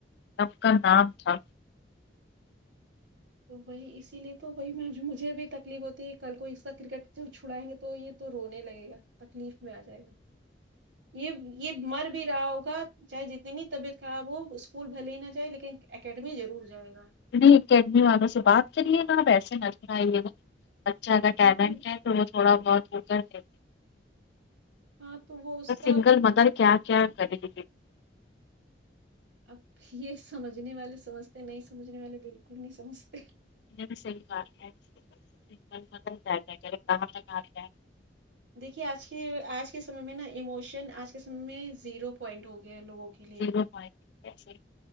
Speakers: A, on the left; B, on the right.
A: سب کا نام تھا
B: تو وہی اسی لیے تو وہی میں مجھے بھی تکلیف ہوتی ہے کل کو اسے کرکٹ جب چھڑائیں گے تو یہ تو رونے لگے گا تکلیف میں آ جائے گا یہ یہ مر بھی رہا ہوگا چاہے جتنی طبیعت خراب ہو اسکول بھلے ہی نہ جائے لیکن اکیڈمی ضرور جائے گا
A: نہیں اکیڈمی والوں سے بات کریے گا آب ایسے نسر آئیے نا بچہ اگر ٹیلنٹ
B: تو
A: ہے تھوڑا بہت ہوتا ہے
B: ہاں تو وہ اس کا
A: سنگل مدر کیا کیا کریں
B: اب یہ سمجھنے والے سمجھتے نہیں سمجھنے والے بالکل نہیں سمجھتے
A: یہ بھی صحیح بات ہے سنگل مدر کیا کیا کرے کہا تک اگے جائے
B: دیکھیے آج کے آج کے سمے میں نا اموشن آج کے سمے میں زیرو پوائنٹ ہو گیا لوگوں کے کے لیے
A: زیرو پوائنٹ ایسے